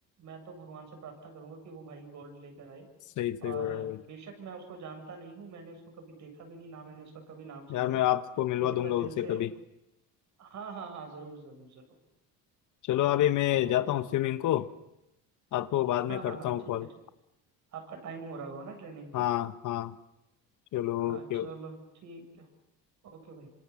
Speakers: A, on the right; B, on the left.
A: मैं तो भगवान से प्रार्थना करूंगा कि वो भाई गोल्ड लेकर आए
B: सही सही
A: और
B: बोला भाई
A: बेशक मैं उसको जानता नहीं हूँ मैंने उसको कभी देखा भी नहीं ना मैंने उसका कभी नाम सुना
B: यार
A: है
B: मैं आपको मिलवा
A: लेकिन
B: दूंगा
A: मैं दिल
B: उससे
A: से
B: कभी
A: हाँ हाँ हाँ जरूर जरूर जरूर
B: चलो अभी मैं
A: तो
B: जाता हूँ स्विमिंग को आपको बाद में
A: हाँ
B: करता
A: हाँ हाँ
B: हूँ
A: ठीक
B: कॉल
A: है ठीक आपका टाइम हो रहा होगा ना ट्रेनिंग को
B: हाँ हाँ चलो
A: हाँ
B: ओके
A: चलो ठीक है ओके भाई